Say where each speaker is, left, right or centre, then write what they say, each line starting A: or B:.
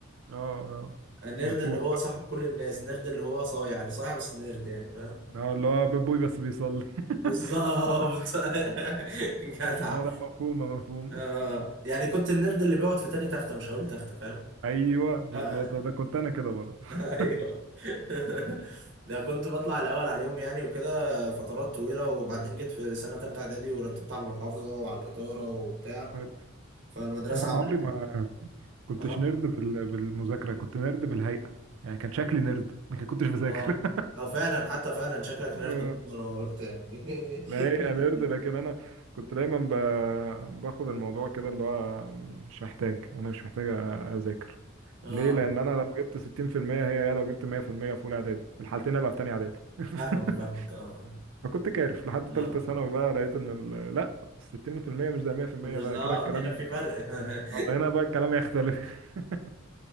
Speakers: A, on the right; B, on the right.
A: اه اه
B: النيرد
A: مفهوم
B: اللي هو
A: بقى
B: صاحب كل الناس نيرد اللي هو صايع اللي صايع بس نيرد يعني فاهم
A: اه اللي هو بيب بوي بس بيصلي
B: بالظبط
A: <laughs>
B: <laughs> جدع
A: اه لا مفهومة مفهوم
B: آه يعني كنت النيرد اللي بيقعد في تاني تختة مش هقول تختة فاهم
A: ايوه بالظبط
B: آه، آه.
A: ده كنت انا كده برضه <laughs>
B: ايوه <laughs> ده كنت بطلع الاول عليهم يعني وكده فترات طويله وبعدين جيت في سنه ثالثه اعدادي ورتبت على المحافظه وعلى الاداره وبتاع
A: كنت-
B: فالمدرسه
A: لا انا
B: عملت
A: عمري ما كنتش
B: اه
A: نرد بال... بالمذاكرة كنت نرد بالهيئة يعني كان شكلي نرد ما كنتش بذاكر
B: اه او فعلا حتى فعلا شكلك
A: <laughs>
B: نيرد
A: اه
B: برضه انا قلت يعني <laughs>
A: لا هي نرد لكن انا كنت دايما ب... باخد الموضوع كده اللي هو مش محتاج انا مش محتاج اذاكر
B: اه
A: ليه لان انا لو جبت 60% هي هي لو جبت 100% في المية في اولى اعدادي في الحالتين ابقى في تانية اعدادي <laughs>
B: فاهمك فاهمك اه
A: فكنت كارف لحد
B: اه
A: تالتة ثانوي بقى لقيت ان ال- لا ال 60% مش زي 100%
B: مش
A: بقى
B: اه
A: كده الكلام
B: هنا في فرق <laughs>
A: آه، هنا بقى الكلام يختلف <laughs>